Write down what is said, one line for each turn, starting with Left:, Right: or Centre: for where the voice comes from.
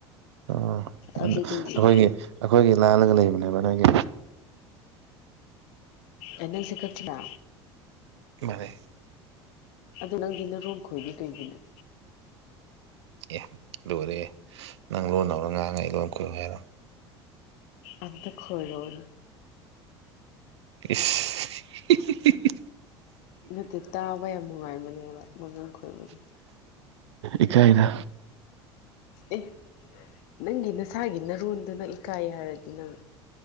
Right: ꯑꯣ
Left: ꯑꯗꯨꯗꯒꯤ
Right: ꯑꯗꯨ ꯑꯩꯈꯣꯏꯒꯤ ꯑꯩꯈꯣꯏꯒꯤ ꯂꯥꯜꯂꯒ ꯂꯩꯕꯅꯦꯕ ꯅꯪꯒꯤ
Left: ꯑꯦ ꯅꯪꯁꯦ ꯈꯛꯇꯤꯂ
Right: ꯃꯥꯅꯦ
Left: ꯑꯗꯨ ꯅꯪꯗꯤ ꯅꯔꯣꯟ ꯈꯣꯏꯗꯤ ꯀꯩꯒꯤꯅꯦ
Right: ꯑꯦ ꯑꯗꯨ ꯑꯣꯏꯔ ꯑꯦ ꯅꯪ ꯂꯣꯟ ꯂꯧꯧꯔ ꯉꯥꯡꯉ ꯑꯩ ꯂꯣꯟ ꯀꯨꯏꯨ ꯍꯥꯏꯔꯣ <inaudible>
Left: ꯑꯝꯇ ꯈꯣꯏꯔꯣꯅꯦ
Right: ꯏꯁ ꯍꯤ ꯍꯤ ꯍꯤ ꯍꯤ
Left: ꯅꯠꯇꯦ ꯇꯥꯕ ꯌꯥꯝ ꯅꯨꯡꯉꯥꯏꯕꯅꯦꯕ ꯃꯔꯣꯟ ꯈꯣꯏꯕꯁꯦ
Right: ꯏꯀꯥꯏꯗ
Left: ꯑꯦ ꯅꯪꯒꯤ ꯅꯁꯥꯒꯤ ꯅꯔꯣꯟꯗꯨ ꯅꯪ ꯏꯀꯥꯏ ꯍꯥꯏꯔꯗꯤ ꯅꯪ